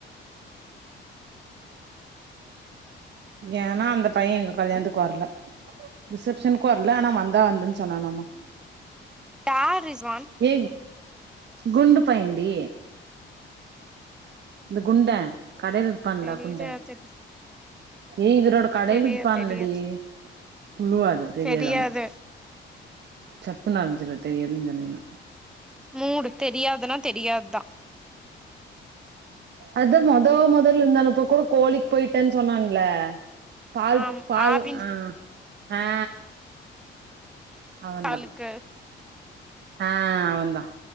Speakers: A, on the right; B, in the centre.
A: ஏனா அந்த பையன் எங்க கல்யாணத்துக்கு வர்ல ரிசெப்ஷனுக்கு வர்ல ஆனா வந்தா வந்தன் சொன்னா னாமா
B: யார் ரிஸ்வான்
A: ஏ குண்டு பையே டி இந்த குண்டே கடைல இருப்பான்ல
B: தெரியாது
A: குண்டே ஏ இவரோட கடைல
B: தெரிய
A: இருப்பாலடி
B: தெரியாது
A: புழுவாத தெரியாதாமா
B: தெரியாது
A: சப்புனு அரைஞ்சிடவேன் தெரியாதுன்னு சொன்னீன்னா
B: மூடு தெரியாதுன்னா தெரியாதுதான்
A: அது மொதோ மொதல்ல இருந்தல்ல இப்ப குடு கோழிக்கு போயிட்டேன்னு சொன்னான்ல பால்
B: ஆம்
A: பால்
B: ஆவின்
A: ஆ ஆ அவன்தா
B: பாலுக்கு
A: ஆ அவந்தான்